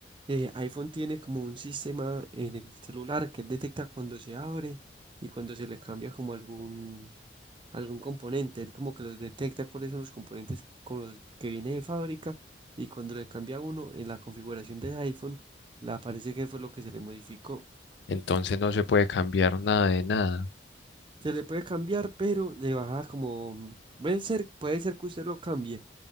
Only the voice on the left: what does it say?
entonces no se puede cambiar nada de nada.